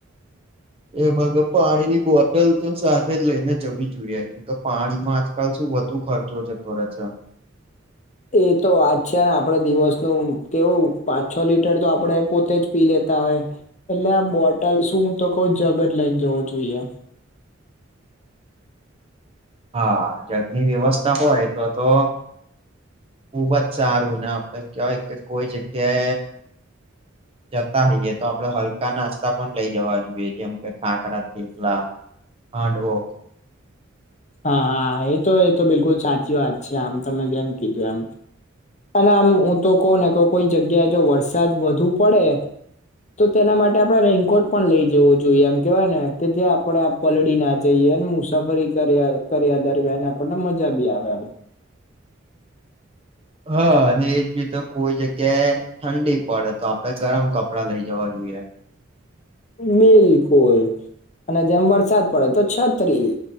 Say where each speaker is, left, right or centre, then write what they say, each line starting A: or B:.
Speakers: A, on the right (about 30°); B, on the left (about 35°).
A: એમાંગ પાણીની બોટલ તો સાથે જ લઈને જવી જોઈએ તો પાણીમાં જ કાલ શું વધુ ખર્ચો છે તો રહે છે.
B: એ તો વાત છે ને આપડે દિવસનું કેવું પાંચ છ લીટર તો આપણે પોતે જ પી લેતા હોય. અલ્યા આ બોટલ શું તો કઉ જગજ લઈને જવો જોઈએ.
A: હા જગની વ્યવસ્થા હોય તો તો ખુબ જ સારું ના આપણે કય કે કોઈ જગ્યાએ. જતા હોઈયએ તો આપડે હલકા નાસ્તા પણ લઈ જવા જોઈએ જેમ કે ખાખરા થેપલા. હાંડવો,
B: હા હા એ તો એ તો બિલકુલ સાચી વાત છે આમ તમને જેમ કીધું એમ. અને આમ હું તો કહ ને ક કોઈ જગ્યાએ જો વરસાદ વધુ પડે? તો તેના માટે આપડણે રેનકોટ પણ લઈ જવો જોઈએ એમ કેવાય ને કે જે આપડે પલડી ના જઈએ મુસાફરી કર્યા કર્યા દરમિયાન આપણને મજા બી આવે.
A: હા અને એ જ રીતે કોઈ જગ્યાએ? ઠંડી પડે તો આપડે ગરમ કપડાં લઈ જવા જોઈએ.
B: બિલકુલ અને જેમ વરસાદ પડે તો છત્રી.